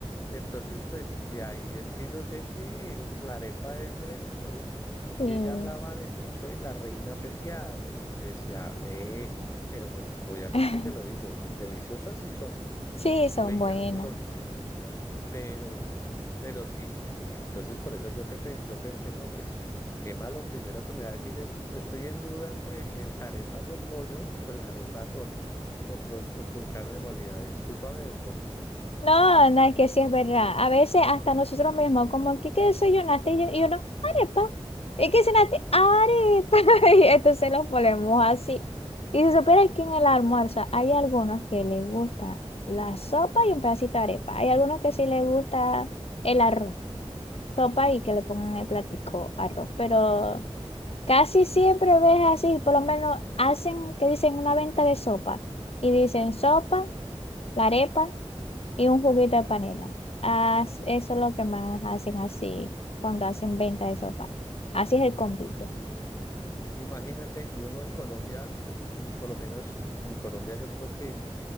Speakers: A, on the left (about 30°); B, on the left (about 65°).
A: Entonces, pues de ahí es que yo sé que el- la arepa es de Venezuela
B: sí.
A: y ella hablaba de mucho de la reina pepiada. Entonces yo decía, eh, pero pues obviamente
B: <laughs>
A: te lo digo, deliciosas sí son,
B: Sí, son
A: ricas
B: buenas.
A: sí son, pero, pero sí, sí. Entonces por eso yo te pen- yo pensé, no, pues Emma lo primero que me va a decir es, estoy en duda entre el <laughs> arepa con pollo o la arepa con, o con, o con carne molida. Discúlpame de pronto.
B: No, no, es que sí es verdad. A veces hasta nosotros mismos, como, ¿qué, qué desayunaste? Y, yo- y uno, arepa. ¿Y qué cenaste? Arepa. <laughs> Y entonces los ponemos así. Y se supone que en el almuerzo hay algunos que les gusta la sopa y un pedacito de arepa. Hay algunos que sí les gusta el arroz, sopa y que le pongan en el platico arroz. Pero
A: Ay, sí.
B: casi siempre ves así, por lo menos hacen, que dicen una venta de sopa. Y dicen sopa, la arepa y un juguito de panela. as eso es lo que más hacen así cuando hacen venta de sopa. Así es el completo.
A: Imagínate. Imagínate, y uno en Colombia, <clears throat> por lo menos en Colombia, yo creo que